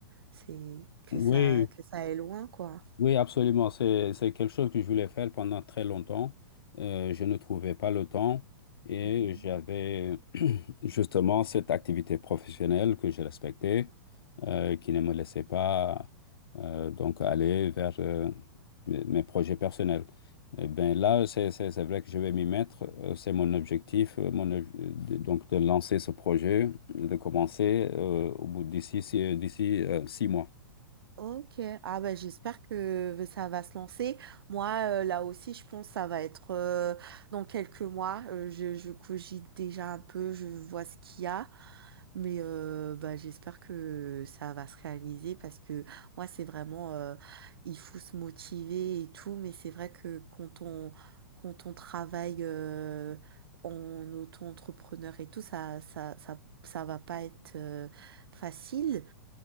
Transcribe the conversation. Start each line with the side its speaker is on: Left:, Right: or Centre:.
Right: c'est que
Left: Oui,
Right: ça que ça aille loin quoi.
Left: oui, absolument. C'est, c'est quelque chose que je voulais faire pendant très longtemps. Euh, je ne trouvais pas le temps et
Right: Mm, mm.
Left: j'avais justement cette activité professionnelle que je respectais, euh, qui ne me laissait pas euh, donc aller vers euh, mes, mes projets personnels. Eh bien là, c'est c'est- c'est vrai que je vais m'y mettre. euh, C'est mon objectif, euh, mon, ob- de- donc de lancer ce projet, de commencer euh, au bout d'ici six- d'ici euh, six mois.
Right: Ok, ah ben j'espère que ça va se lancer. Moi, euh, là aussi, je pense que ça va être euh, dans quelques mois. Euh, je, je cogite déjà un peu, je vois ce qu'il y a. Mais euh, bah, j'espère que ça va se réaliser parce que moi, c'est vraiment, euh, il faut se motiver et tout. Mais c'est vrai que quand on, quand on travaille euh, en auto-entrepreneur et tout, ça, ça, ça, ça va pas être euh, facile.